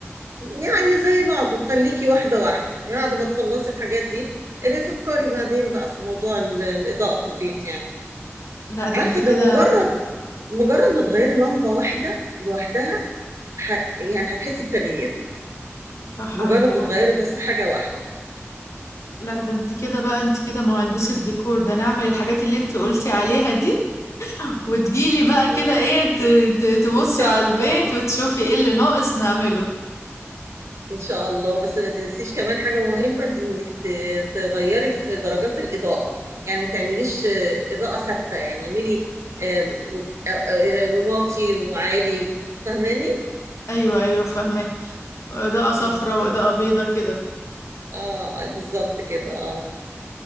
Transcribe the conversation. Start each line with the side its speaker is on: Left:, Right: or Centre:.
Right: يعني زي بعضه خليكي واحدة واحدة يعني بعد ما تخلصي الحاجات دي ابقي فكري بعدين بقى في موضوع ال- الإضاءة في البيت يعني
Left: لا ده
Right: عارفة
Left: انت كده
Right: ده مجرد مجرد ما تغيري لمبة واحدة لوحدها ح... يعني هتحسي بتغيير
Left: صح
Right: مجرد
Left: عندك حق
Right: ما تغيري بس حاجة واحدة
Left: لا ده انت كده بقى انت كده مهندسة ديكور ده نعمل الحاجات اللي انت قلتي عليها دي وتجيلي بقى
Right: آه.
Left: كده ايه ت- ت- تبصي
Right: إن شاء
Left: على
Right: الله
Left: البيت وتشوفي ايه اللي ناقص نعمله
Right: ان شاء الله بس ما تنسيش كمان حاجه مهمه إنت- انك ت- تغيري في درجات الاضاءه يعني ما تعمليش آه، اضاءه ثابته يعني اعملي آه، آه، آه، واطي وعالي فاهماني
Left: ايوه ايوه فاهمك اضاءة صفراء
Right: مم.
Left: واضاءة بيضة كده
Right: اه آه، بالظبط كده اه